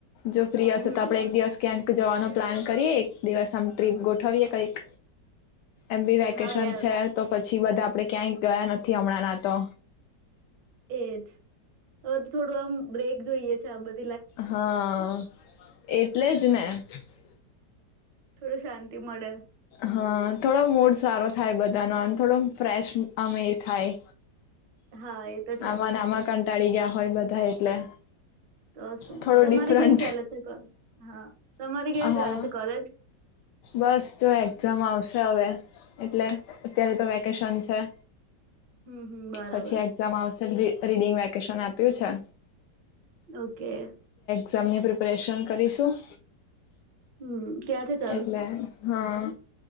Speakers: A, on the left; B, on the right.
A: જો ફ્રી હશે
B: હમ
A: તો આપડે એક દિવસ ક્યાંક જવાનો પ્લાન કરીએ એક દિવસ સમ ટ્રીપ ગોઠવવીએ કઈક. એમ બી વેકેશન
B: હા યાર
A: છે, તો પછ છી બધા આપડે ક્યાંય ગયા નથી હમણાં ના તો
B: એજ હવે તો થોડું આમ બ્રેક જોઈએ છે આ બધ
A: હા, એટલે જ ને. <unintelligible>
B: થોડું શાંતિ મળે.
A: હા, થોડો મૂડ સારો થાય બધાનો અન થોડો ફ્રેશ આમ એ થાય.
B: હા એ તો છે
A: આમાંન આમાં કંટાળી ગયા હોય બધા એટલે
B: તો શું
A: થોડો
B: તમારી
A: ડિફરન્ટ
B: કેવી ચાલે છે? કો હા, તમારી કેવી
A: હા
B: ચાલે છે? કોલેજ.
A: બસ જો એક્ઝામ આવશે હવે એટલે અત્યારે તો વેકેશન છે.
B: હમ હમ બરાબર.
A: પછી <unintelligible> રીડિંગ વેકેશન આપ્યું છે.
B: ઓકે.
A: ક્ઝામની પ્રિપરેશન કરીશું
B: હમ, ક્યાથી ચા
A: એટલે હા.